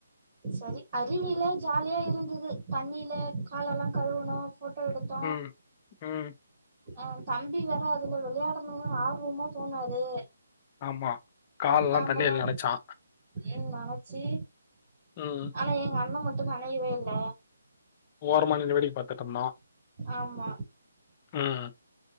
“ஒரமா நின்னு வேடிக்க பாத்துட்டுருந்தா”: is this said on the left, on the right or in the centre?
Left